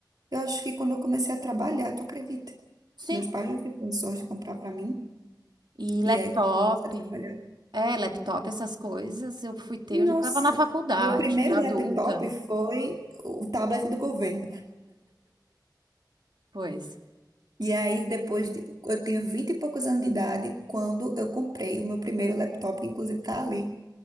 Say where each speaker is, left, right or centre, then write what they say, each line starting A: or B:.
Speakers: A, on the right; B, on the right.
A: Eu acho que quando eu comecei a trabalhar, tu acredita?
B: Sim,
A: Meus pais não tinham condições de comprar pra mim.
B: E laptop,
A: E aí comecei a trabalhar.
B: é, laptop, essas coisas, eu fui ter,
A: Nossa,
B: eu já estava na faculdade,
A: meu primeiro
B: já adulta,
A: laptop foi o tablet do governo.
B: pois.
A: E aí depois de, eu tinha 20 e poucos anos de idade quando eu comprei o meu primeiro laptop, que inclusive tá ali,